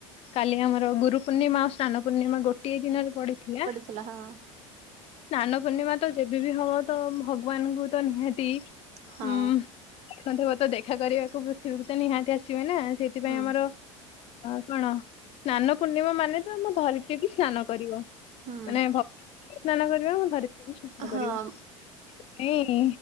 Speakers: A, on the left; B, on the right.
A: କାଲି ଆମର ଗୁରୁ ପୂର୍ଣ୍ଣିମା ଅସ୍ ଶ୍ନାନ ପୂର୍ଣ୍ଣିମା ଗୋଟିଏ ଦିନରେ ପଡିଥିଲା।
B: ଥିଲା ହଁ।
A: ସ୍ନାନ ପୂର୍ଣ୍ଣିମା ତ ଯେବେ ବିି ହବ ତ ଭଗବାନଙ୍କୁ ତ ନିହାତି
B: ହଁ
A: ହୁଁ <unintelligible> ଦେଖା କରିବାକୁ ପୃଥିବୀକୁ ତ ନିହାତି ଆସିବେ ନା। ଆ ସେଥିପାଇଁ
B: ହୁଁ
A: ଆମର ଅ କଣ ସ୍ନାନ ପୂର୍ଣ୍ଣିମା ମାନେ ତ ଆମ ଧରିତ୍ରୀକି ସ୍ନାନ କରିବ ମାନେ
B: ହୁଁ
A: ଭ ସ୍ନାନ କରିବା ମୁ ଧରିତ୍ରୀ ବି ସ୍ନାନ
B: ହଁ
A: କରିବ। ନାଇଁ